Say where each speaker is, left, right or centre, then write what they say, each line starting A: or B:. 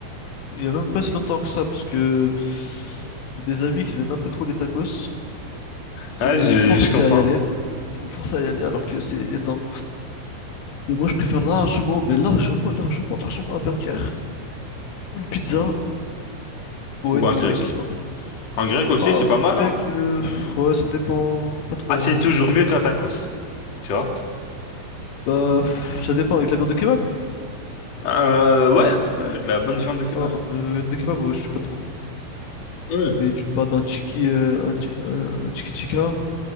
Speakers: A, on the left (about 75°); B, on the left (about 40°).
A: Il y a même pas si longtemps que ça, parce que... J'ai des amis qui aiment un peu trop les tacos,
B: Ah,
A: qui m'ont
B: je,
A: forcé
B: je comprends.
A: à y aller. qui m'ont forcé à y aller alors que c'est éteint. Mais moi, je préfère largement, mais largement, largement, largement un burger ou une pizza. Ouais,
B: Ou
A: une
B: un
A: pizza
B: grec.
A: aussi, c'est pas mal.
B: Un grec aussi,
A: Ah,
B: c'est pas
A: je
B: mal,
A: dirais
B: hein.
A: que, pff, ouais, ça dépend. Pas trop,
B: Ah, c'est
A: ouais.
B: toujours mieux qu'un tacos, tu vois?
A: Bah, pff, ça dépend avec la viande de kebab.
B: Euh, ouais, ouais, de la bonne viande de kebab.
A: Non, euh, viande de kebab, ouais, je suis pas trop fan.
B: Mmh.
A: Mais tu me parles d'un tiki, euh, un, chi- un, un tiki tikka,